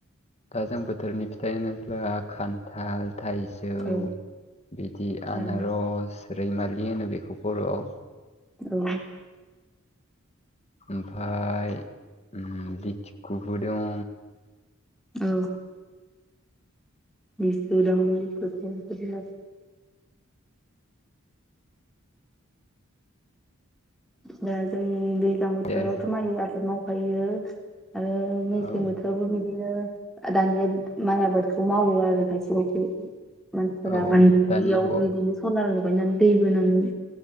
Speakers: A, on the left (about 30°); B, in the centre.
A: दा जों बोथोरनि फिथाइ होनोब्ला खान्थाल थाइजौ
B: औ
A: बिदि
B: औ
A: आनारस रैमालि होनो बेखौ बर'आव।
B: औ।
A: ओमफाय उम लिथिखुबो दं।
B: औ। <unintelligible> दा जों दैज्लां बोथोरावथ'
A: बे आरो
B: माइ आबाद मावखायो। आरो मेसें
A: औ
B: बोथोरावबो बिदिनो दानिया माइ आबादखौ मावो आरो खायसे खायसे। मानसिफोरा
A: औ औ
B: माने दुब्लियाव
A: दानि जुगाव
B: बिदिनो सलार लगायनानै दै बोनानै